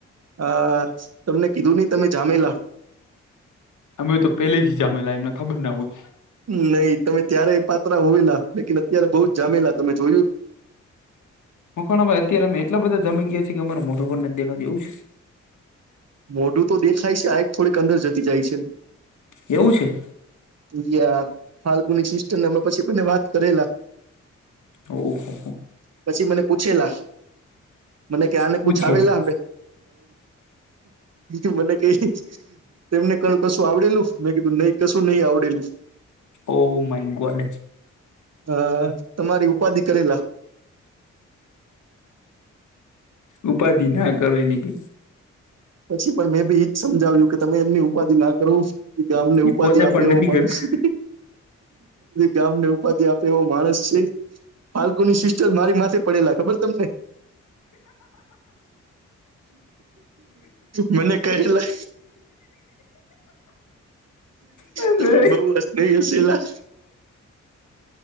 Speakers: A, on the right (about 55°); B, on the left (about 70°).
A: અ તમને કીધું નહી તમે જામેલા
B: અમે તો પહેલેથી જામેલા એમને ખબર ના હોય.
A: નહી તમે ત્યારે પાત્રા હોયલા લેકીન અત્યારે બહુ જ જામેલા તમે જોયું?
B: મકવાણા ભાઈ અત્યારે અમે એટલા બધા જમી ગયા છી કે અમારે મોઢું પર નથી દેખાતુ એવું છે.
A: મોઢું તો દેખાય છે આઈખ થોડીક અંદર થતી જાય છે.
B: એવું છે?
A: યા ફાલ્ગુની સિસ્ટરને અમે પછી બને વાત કરેલા
B: ઓહો હો
A: પછી મને પૂછેલા મને કે ન
B: પૂછે
A: પૂછ આવેલા
B: નહી
A: મે હ મને ક તેમને ક કશું આવડેલું. મેં કીધું નહી કશું નહી આવડેલું.
B: Oh my God.
A: અ તમારી ઉપાધિ કરેલા
B: ઉપાધિ ના કરો એને કઈ.
A: પછી પણ મેં બી એજ સમજાવ્યું કે તમે એમની ઉપાધિ ના કરો. ગામ ને
B: ઈ
A: ઉપાધિ
B: પોતે
A: આપે
B: પણ
A: એવો
B: નથી
A: માણસી
B: કરતા
A: ગામને ઉપાધિ આપે. તેવો માણસ છે પાલકોની સિસ્ટર મારી માથે પડેલા ખબર તમને? મને કહેલા
B: અરે
A: તમે બઉ અસ્ય હશેલા.